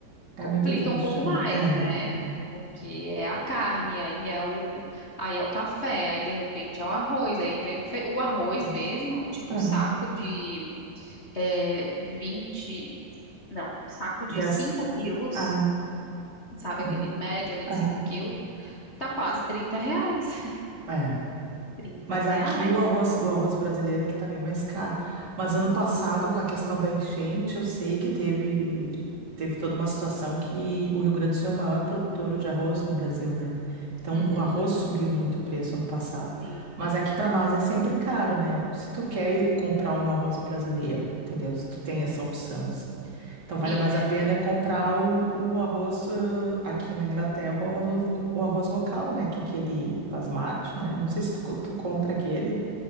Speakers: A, on the right; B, on the left.
A: é
B: complica
A: muito triste,
B: um pouco
A: né?
B: mais,
A: É, é,
B: né? Porque é a carne, aí é o, aí é o café, aí de repente é o arroz, aí vem o, fe- o arroz
A: é.
B: mesmo, tipo
A: é.
B: o saco de é, 20, não, saco
A: dessa
B: de 5 quilos
A: Ah,
B: sabe?
A: aham,
B: Aquele médio ali de
A: aham,
B: 5 quilos. Tá quase 30 reais. <laughs>
A: é.
B: 30
A: Mas
B: reais?
A: aqui o arroz, o arroz brasileiro aqui tá bem mais caro. Mas ano passado, com a questão da enchente, eu sei que teve, teve toda uma situação que o Rio Grande do Sul é o maior produtor de arroz no Brasil, né? Então
B: Uhum,
A: o arroz subiu muito o preço ano passado.
B: sim.
A: Mas aqui para nós é sempre caro, né? Se tu quer comprar um arroz brasileiro, entendeu? Se tu tem essa opção, assim. Então vale
B: Sim,
A: mais a pena é comprar o, o arroz eh, aqui na Inglaterra, o arroz, o arroz local, né? Que é aquele basmati, né? Não sei se tu, co- tu compra aquele.